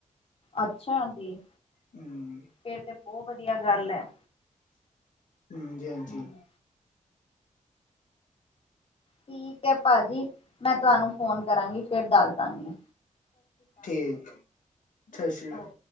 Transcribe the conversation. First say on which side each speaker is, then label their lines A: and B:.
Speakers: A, on the left; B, on the left.
A: ਅੱਛਾ ਜੀ।
B: ਹਮ।
A: ਫੇਰ ਤੇ ਬਹੁਤ ਵਧੀਆ ਗੱਲ ਹੈ।
B: ਹਾਂਜੀ ਹਾਂਜੀ।
A: ਹਮ ਠੀਕ ਹੈ ਭਾਜੀ, ਮੈਂ ਤੁਹਾਨੂੰ ਫੋਨ ਕਰਾਂਗੀ, ਫਿਰ ਦੱਸ ਦਵਾਂਗੀ।
B: ਠੀਕ, ਸਤਿ ਸ੍ਰੀ
A: ਓਕੇ
B: ਅਕਾਲ।